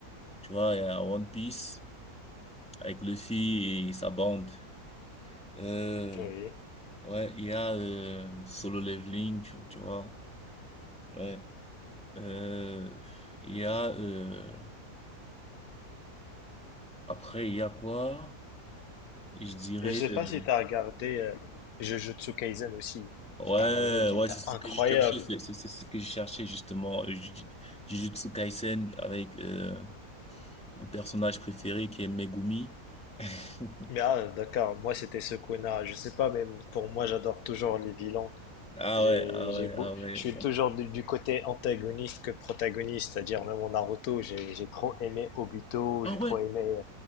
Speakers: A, in the centre; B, on the left.
A: tu vois, il y a One Piece avec Luffy et sa bande. Euh,
B: Oui.
A: ouais, il y a euh, Solo Leveling, tu, tu vois. Ouais. Euh, il y a euh, après, il y a quoi? Je dirais
B: Je sais
A: euh,
B: pas si tu as regardé euh, Jujutsu Kaisen aussi.
A: ouais,
B: C'est un animé qui
A: ouais,
B: était
A: c'est ce
B: incroyable.
A: que je cherchais, c'est c'est- c'est ce que je cherchais justement. Euh, Ju- Jujutsu Kaisen avec euh, mon personnage préféré qui est Megumi. <laughs>
B: Mais ah, d'accord, moi c'était Sukuna. Je sais pas, même pour moi, j'adore toujours les vilains.
A: Ah
B: J'ai,
A: ouais, ah ouais,
B: j'ai beau...
A: ah ouais.
B: Je suis toujours du, du côté antagoniste que protagoniste, c'est-à-dire même en Naruto, j'ai j'ai trop aimé Obito,
A: Ah
B: j'ai
A: ouais,
B: trop aimé